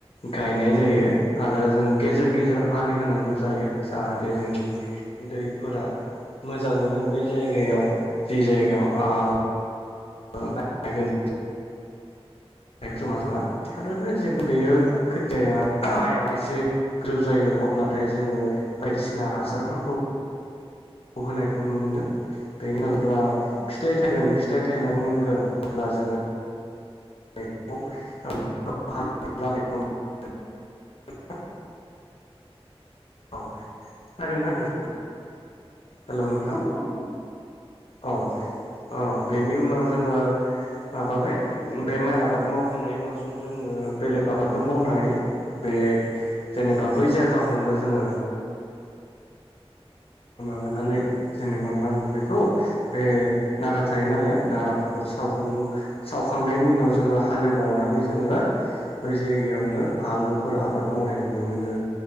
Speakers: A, on the left; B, in the centre.
A: गायनाय जायो। आरो जों गेजेर गेजेर आलि होनांगौ जायो जाहाथे जोंनि दैफोरा मोजाङैनो बै जायगायाव जि जायगायाव आं ओ माइ गायगोन जमा जमा आरो जेबो बेयो
B: औ
A: खोथियाया माइआ एसे ग्रोब जायो अब्लाथाय जोङो बायदिसिना हासारफोरखौ होनायखौ नुनो मोनो बेनि अब्ला फिथाइ
B: औ
A: थायगोन फिथाइ थायनानै मोनगोन अब्ला जोङो <unintelligible> औ खौनादोंना नोंथां? हेलौ नोंथां
B: औ खोनादों
A: औ औ बेनि उनाव जोङो माबाबाय बे माइ आबाद मावखांनायनि उनावसो जोङो बेलेग आबादबो मावनो हायो बे जेनेब बा बै जायगाखौनो जोङो माबानानै जेनेबा मा होनो बेखौ बे नारा थायो नालाय नाराफोरखौ सावग्लुं
B: औ
A: सावखांनायनि उनाव जोङो हालेवबावनानै जोङो बै जायगायावनो आलुफोर आबाद मावनाय नुनो मोनो।